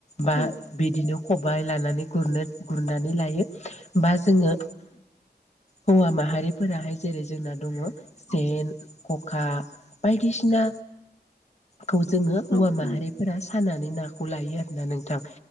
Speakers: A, on the left (about 40°); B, on the left (about 85°).
A: बा
B: औ
A: बिदिनो खबाइ लानानै गुरनो गुरनानै लायो बा जोङो हौवा माहारिफोराहाय जेरै जोंना दङ सेन
B: औ
A: खखा बायदिसिना खौ जोङो हौवा
B: नंगौ
A: माहारिफोरा सानानै ना खौलायो आरोना नोंथां